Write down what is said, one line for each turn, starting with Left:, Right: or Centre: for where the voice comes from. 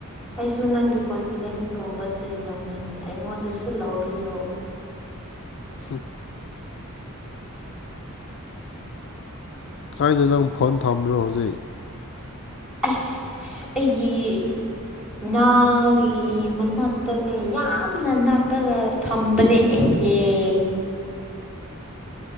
Centre: ꯑꯩꯁꯨ ꯅꯪꯒꯤ ꯀꯣꯟꯐꯤꯗꯦꯟꯒꯨꯝꯕꯁꯦ ꯂꯧꯅꯤꯡꯉꯤ ꯑꯩꯉꯣꯟꯗꯁꯨ ꯂꯧꯕꯤꯌꯣ
Left: ꯍꯨꯝ ꯀꯥꯏꯗꯅꯣ ꯅꯪ ꯐꯣꯟ ꯊꯝꯕ꯭ꯔꯣ ꯍꯧꯖꯤꯛ
Centre: ꯑꯁ ꯑꯩꯒꯤ ꯅꯥꯒꯤ ꯃꯅꯥꯛꯇꯅꯦ ꯌꯥꯝꯅ ꯅꯥꯛꯂꯒ ꯊꯝꯕꯅꯦ <unintelligible>